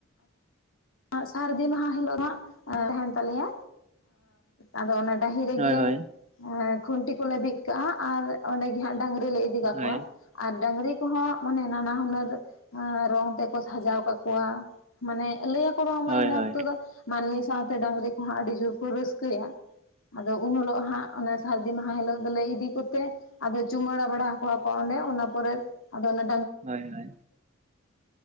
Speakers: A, on the left; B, on the right.
A: ᱟᱨ <unintelligible> ᱥᱟᱹᱨᱫᱤ ᱢᱟᱦᱟ ᱦᱤᱞᱳᱜ ᱦᱟᱸᱜ ᱛᱟᱦᱮᱱ ᱛᱟᱞᱮᱭᱟ ᱟᱫᱚ ᱚᱱᱟ ᱰᱟᱹᱦᱤ ᱨᱮᱜᱮ
B: ᱦᱳᱭ ᱦᱳᱭ
A: ᱠᱷᱩᱱᱴᱤ ᱠᱚᱞᱮ ᱵᱤᱫ ᱠᱟᱜᱼᱟ ᱟᱨ ᱚᱸᱰᱮ ᱜᱮ ᱦᱟᱸᱜ ᱰᱟᱝᱨᱤ ᱞᱮ ᱤᱫᱤ ᱠᱟ
B: ᱦᱳᱭ
A: ᱠᱚᱣᱟ ᱟᱨ ᱰᱟᱝᱨᱤ ᱠᱚᱦᱚᱸ ᱢᱟᱱᱮ ᱱᱟᱱᱟ ᱦᱩᱱᱟᱹᱨ ᱨᱚᱝ ᱛᱮᱠᱚ ᱥᱟᱡᱟᱣ ᱠᱟᱠᱚᱣᱟ ᱢᱟᱱᱮ ᱞᱟᱹᱭ ᱟᱠᱚ ᱤᱱᱟᱹᱛ
B: ᱦᱳᱭ ᱦᱳᱭ
A: ᱚᱠᱛᱚ ᱫᱚ ᱢᱟᱱ <unintelligible> ᱥᱟᱶᱛᱮ ᱰᱟᱝᱨᱤ ᱠᱚᱦᱚᱸ ᱟᱹᱰᱤ ᱡᱳᱨ ᱠᱚ ᱨᱟᱹᱥᱠᱟᱹᱭᱟ ᱟᱫᱚ ᱩᱱ ᱦᱤᱞᱳᱜ ᱦᱟᱸᱜ ᱚᱱᱟ ᱥᱟᱹᱨᱫᱤ ᱢᱟᱦᱟ ᱦᱤᱞᱳᱜ ᱟᱫᱚᱞᱮ ᱤᱫᱤ ᱠᱚᱛᱮ ᱟᱫᱚ ᱪᱩᱢᱟᱹᱲᱟ ᱵᱟᱲᱟ ᱠᱚᱣᱟ ᱠᱚ ᱚᱸᱰᱮ ᱚᱱᱟ ᱯᱚᱨᱮ ᱟᱫᱚ ᱚᱱᱟ
B: ᱦᱳᱭ ᱦᱳᱭ